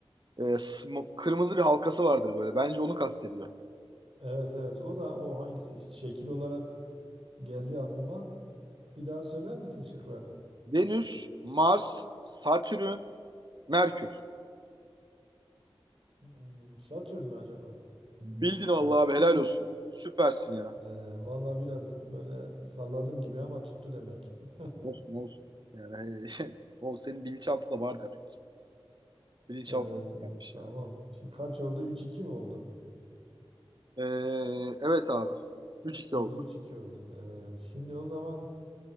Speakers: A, on the right; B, on the right.
A: e, sm- kırmızı bir halkası vardır böyle. Bence onu kastediyor.
B: Evet evet o da o hangisi? işte? Şekil olarak geldi aklıma. Bir daha söyler misin şıkları?
A: Venüs, Mars, Satürn, Merkür.
B: Hmm, Satürn mü acaba?
A: Bildin vallahi abi helal olsun. Süpersin ya.
B: Ee, valla biraz böyle salladım gibi ama tuttu demek. <laughs>
A: Olsun olsun. Yani <laughs> o senin bilinçaltı da var demek. Bilinçaltından
B: Ee,
A: gelmiş
B: tamam.
A: yani.
B: Şimdi kaç oldu? Üç iki mi oldu?
A: Ee, evet abi. 3-2
B: Üç 1di
A: oldu.
B: üç iki oldu. Evet. Şimdi o zaman